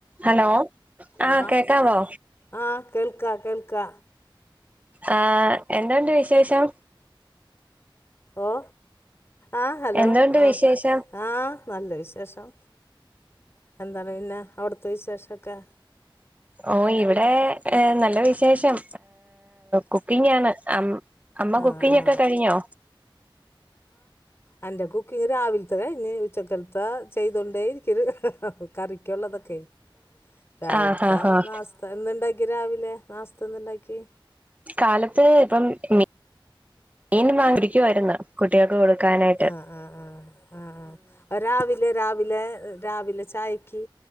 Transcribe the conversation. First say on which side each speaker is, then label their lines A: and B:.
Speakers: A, on the right; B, on the left.
A: Hello ആഹ
B: ആ
A: കേക്കാവോ
B: ആ കേൾക്കാ കേൾക്കാ
A: ആ എന്തണ്ട് വിശേഷം
B: ഓ ആഹ ഹലോ
A: എന്തുണ്ട്
B: ആഹ
A: വിശേഷം
B: ആഹ നല്ല വിശേഷം എന്താണ് പിന്നെ അവിടുത്തെ വിശേഷം ക്ക
A: ഓ ഇവിടെ ഹ നല്ല വിശേഷം കുക്കിങ്ങ് ആണ് അമ്മ
B: ആ
A: കുക്കിംഗ്ഒക്കെ
B: ആ
A: കഴിഞ്ഞോ
B: എന്റെ കുക്കിങ് രാവിൽത്തെ കയിഞ്ഞ്. ഉച്ചക്കൽത്തെ ചെയ്തോണ്ടേ ഇരിക്ക്ന്ന് കറിക്ക്ള്ളതൊക്കെ. രാവിൽത്തെ
A: ആഹ് ആഹ് ആഹ്
B: നാശ്ത, എന്നണ്ടാക്കിയെ രാവിലെ? നാസ്ത്ത എന്ത്ണ്ടാക്കി?
A: കാലത്ത് ഇപ്പം മീ മീനും വാങ്ങിയിരിക്കുവാര്ന്ന് കുട്ട്യോൾക്ക് കൊടു ക്കാനായിട്ട്
B: ആ ആ ആ ആ രാവിലെ രാവിലെ രാവിലെ ചായക്ക്